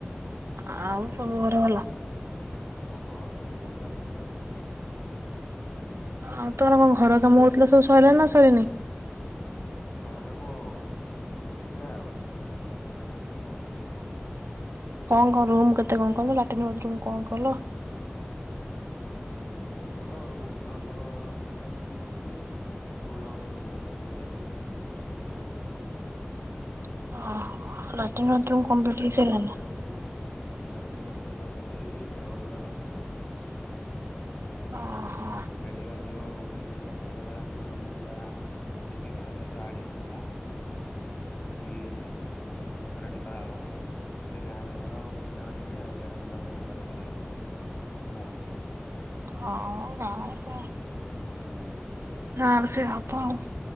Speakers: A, on the right; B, on the left.
A: ଆଉ ସବୁ ଘରେ ଭଲ?
B: ହଁ ସେଇଭଳିଆ ଚାଲିଚି ଆଉ।
A: ଆଉ ତମର କଣ ଘର କାମ ହଉଥିଲା ସବୁ ସରିଲଣି ନା ସରିନି?
B: ଘର କାମ ଚାଲିଥିଲା ଆଉ ସରିଗଲାଣି ସବୁ ଅଲ ଟୋଟାଲ କମ୍ପ୍ଲିଟ୍ ହେଇଯାଇଚି ଘର।
A: କଣ କଣ ରୁମ କେତେ କଣ କଲ ଲାଟ୍ରନ୍ ବାଥରୁମ କଣ କଲ?
B: ରୁମ୍ କଣ ରୁମ୍ ତ ଆମର ଦିଟା ରୁମ୍ ହେଇଚି ପୁରୁଣା ଗୋଟେ ରୁମ୍ ଥିଲା ଦିଟା ରୁମ୍ ହେଇଚି ଗୋଟେ କିଚେନ ହେଇଚି ଆଉ।
A: <unintelligible>
B: ସେ ବାଟ
A: କମ୍ପ୍ଲିଟ୍
B: ଟା ଛୋଟ
A: ହେଇସାରିଲାଣି?
B: ବାରଣ୍ଡା ଭଳିଆ ଗୋଟେ ହେଇଚି। ଲାଟିନ୍ ବାଥରୁମ୍ ଆଟାଚ ହେଇନି ଟା ଅଲଗା ରଖିଚୁ ଆଉ।
A: ଓ ହ।
B: ସେଇଟା ଟିକିେ ଅଧିକ ପଇସା ଖର୍ଚ୍ଚ ହେଇଗଲା ଲାଟ୍ରିନ୍ ବାଥରୁମ୍ଟା ଯଦି ସେ ଘର ସହିତ ଆଡ଼୍ ହୋଇଇଥାନ୍ତା। ତାନେ ଗୋଟେ ଇଏରେ ହେଇଯାଇଥାନ୍ତା କିନ୍ତୁ ତାକୁ ସେ ପାରେଟ କରାଗଲା ନା କହିଲେ ଗାଁରେ ଘର ବିଟା ମାଟିରେ ଆଉ ଲାଟିନ ବାଥରୁମ ଘରେ କରିବନି। ଅଲଗା କରିଆ।
A: ହଁ ମ ଗାଁ ରେ ସେଇଆ।
B: ହୁଁ।
A: ହଁ ସେ ହବ ଆଉ।